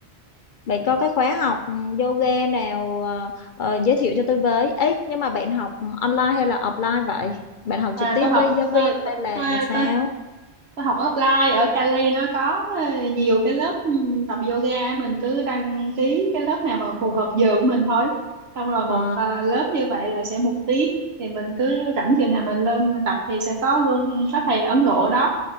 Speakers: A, on the left; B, on the right.
A: bạn có cái khóa học yoga nào ờ, ờ, giới thiệu cho tôi với? Ấy, nhưng mà bạn học online hay là offline vậy? Bạn học
B: à
A: trực tiếp
B: tôi học
A: với giáo viên
B: tôi, tôi,
A: hay là sao?
B: tôi, Tôi học offline ở Cali nó có ờ, nhiều cái lớp ừm, tập yoga mình cứ đăng ký cái lớp nào mà phù hợp giờ của mình thôi xong rồi một
A: Ờ,
B: ờ, lớp như vậy là sẽ một tiếng thì mình cứ rảnh giờ nào mình lên mình tập thì sẽ có luôn có thầy Ấn Độ ở đó